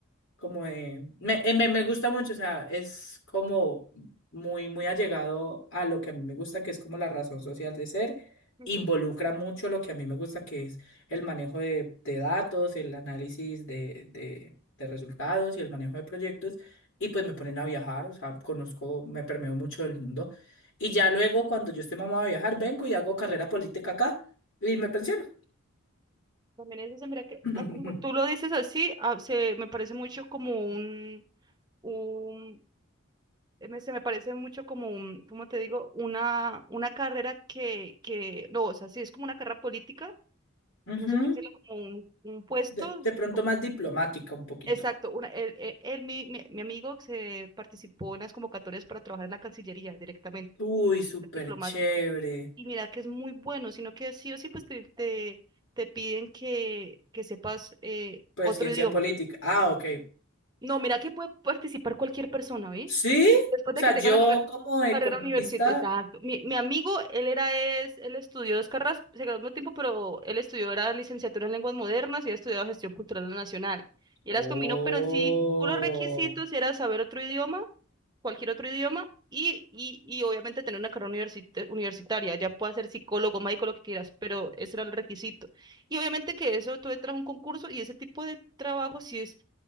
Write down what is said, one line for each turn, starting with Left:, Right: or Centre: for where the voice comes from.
Left: como de- me, eh, me, me gusta mucho, o sea, es como muy, muy allegado a lo que a mí me gusta, que es como la razón social de ser,
Right: Ujú.
Left: involucra mucho lo que a mí me gusta, que es el manejo de, de datos, el análisis de, de, de resultados y el manejo de proyectos, y pues me ponen a viajar, o sea, conozco, me permeo mucho del mundo, y ya luego cuando yo esté mamado de viajar, vengo y hago carrera política acá y me pensiono.
Right: También eso se mira que,
Left: <laughs>
Right: ah, como tú lo dices así, ah, se me parece mucho como un, un eh, me- se me parece mucho como un, ¿cómo te digo? Una, una carrera que, que, no, o sea, sí es como una carrera política,
Left: Ujú.
Right: no sé cómo decirlo, como un, un puesto,
Left: De, de pronto
Right: o-
Left: más diplomática un poquito.
Right: exacto, una, él, él- él, mi, mi, mi amigo se participó en las convocatorias para trabajar en la Cancillería directamente.
Left: Uy, súper
Right: diplomático.
Left: chévere.
Right: Y mira que es muy bueno, sino que sí o sí pues te, te, te piden que, que sepas eh,
Left: Pues
Right: otro
Left: ciencia
Right: idioma.
Left: política. Ah, ok.
Right: No, mira que puede participar cualquier persona, ¿ves?
Left: ¿Sí?
Right: Que después
Left: O
Right: de
Left: sea,
Right: que tenga
Left: yo
Right: una carre-
Left: como economista.
Right: carrera universitaria. Exacto. Mi, mi amigo, él era, es, él estudió dos carreras, se graduó al tiempo, pero él estudió, era licenciatura en lenguas modernas y ha estudiado gestión cultural nacional. Y
Left: Oh.
Right: él las combinó, pero en sí, unos requisitos era saber otro idioma, cualquier otro idioma, y, y, y obviamente tener una carrera universita- universitaria. Ya puede ser psicólogo, médico, lo que quieras, pero ese era el requisito. Y obviamente que eso tú entras a un concurso y ese tipo de trabajo sí es